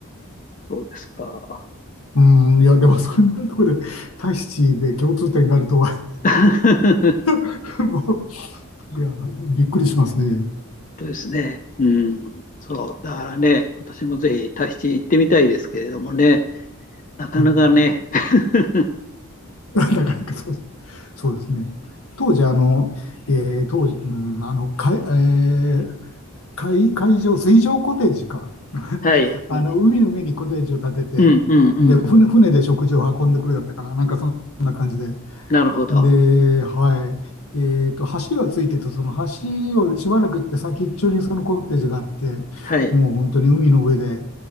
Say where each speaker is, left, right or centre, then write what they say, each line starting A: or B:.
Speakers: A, on the left; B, on the left.
A: そうですか。
B: うん、いや、でもそういったところで、タヒチで共通点があるとは、
A: <laughs>
B: <laughs> もう、いや、びっくりしますね。
A: そうですね。うん。そう。だからね、私もぜひタヒチ行ってみたいですけれどもね、なかなかね。
B: うん、
A: <laughs>
B: <laughs> なかなかそう、そうですね。当時、あの、えー当時、うん、あの、かい、えー海、海上、水上コテージか。<laughs>
A: はい。はい。
B: あの、海の上にコテージを建てて、
A: うん、うん、うん。
B: で、船、船で食事を運んでくるだったかな。なんかそんな感じで。
A: なるほど。
B: で、はい。えっと、橋がついてて、その橋をしばらく行って先っちょにそのコテージがあって、
A: はい。
B: もう本当に海の上で